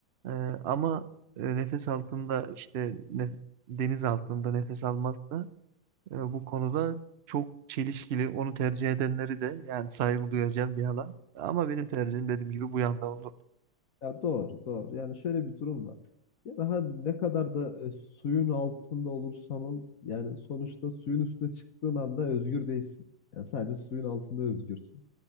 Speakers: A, on the right; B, on the left.
A: Ee, ama e, nefes altında işte ne- deniz altında nefes almak da e, bu konuda çok çelişkili. Onu tercih edenleri de yani saygı duyacağım bir alan. Ama benim tercihim dediğim gibi bu yanda olur.
B: Ya doğru, doğru. Yani şöyle bir durum var. Yani hadi ne kadar da e, suyun altında olursan ol, yani sonuçta suyun üstüne çıktığın anda özgür değilsin. Yani sadece suyun altında özgürsün.